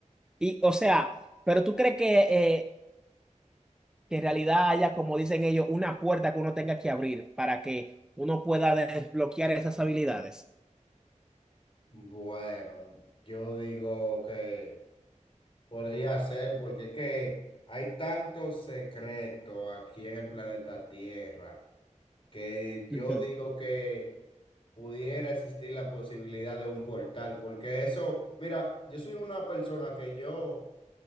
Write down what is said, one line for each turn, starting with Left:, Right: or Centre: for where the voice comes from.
Centre: Y, o sea, pero tú crees que, eh, que en realidad haya, como dicen ellos, una puerta que uno tenga que abrir para que uno pueda desbloquear esas habilidades.
Left: Bueno, yo digo que... Podría ser, porque es que hay tanto secreto aquí en el planeta Tierra que yo
Centre: Ujú.
Left: digo que pudiera existir la posibilidad de un portal, porque eso, mira, yo soy una persona que yo,